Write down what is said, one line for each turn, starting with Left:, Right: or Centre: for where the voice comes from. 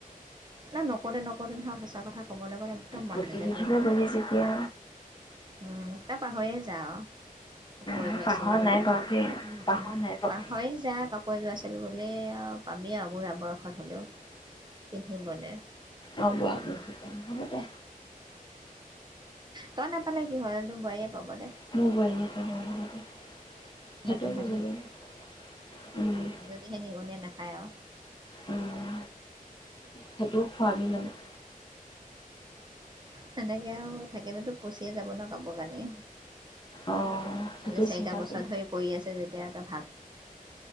Right: ন, নকওঁতে -নকওঁতে নহ সঁচা কথা ক'বলৈ গ'লে একদম মন
Left: কুৰ্তি
Right: নাযায়
Left: পিন্ধিবলৈ
Right: কৰিবলৈ।
Left: গ'লে যেতিয়া
Right: উম, এই পাহৰিয়ে যাঅ। কাপোৰ
Left: মই
Right: এযোৰ আছিল
Left: পাহৰা
Right: বুলি
Left: নাই
Right: উম,
Left: বাৰু দেই
Right: উম,
Left: পাহৰা নাই বাৰু
Right: পাহৰি যায়। কাপোৰ এযোৰ আছিল বুলি পাবি আৰু বুঢ়া বয়সত হ'লেও। কি কলে?
Left: অঁ, বুঢ়া বয়সত পাম, হ'ব দে।
Right: তই নাপালে কি হ'ল! তোৰ বোৱাৰী এ পাব দে।
Left: মোৰ বোৱাৰীয়ে পাব দে,
Right: নতুন হৈ
Left: সেইটোৱে কৰিব ন।
Right: তেতিয়া নিগনিয়ে নাখায় আৰু।
Left: উম সেইটোও খোৱাবি মানে?
Right: তেনেকৈ আৰু থাকিলেটো পচিয়ে যাব ন কাপোৰ কানি।
Left: অ সেইটোও
Right: আজি চাৰিটা
Left: চিন্তা
Right: বছৰ
Left: কৰি
Right: ধৰি পৰি আছে যেতিয়া তই ভাব।